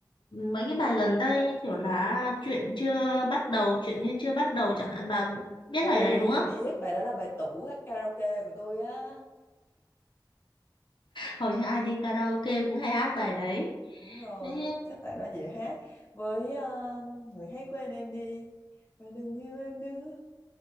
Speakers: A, on the left; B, on the left.
A: mấy cái bài gần đây như kiểu là chuyện chưa bắt đầu chuyện như chưa bắt đầu chẳng hạn bà biết
B: ôi
A: bài đấy đúng không
B: biết bài đó là bài tủ hát karaoke của tôi á
A: hầu như ai đi karaoke cũng hay hát bài đấy
B: đúng rồi
A: Đấy,
B: chắc tại nó dễ hát với ờ, người hãy quên em đi và đừng yêu em nữa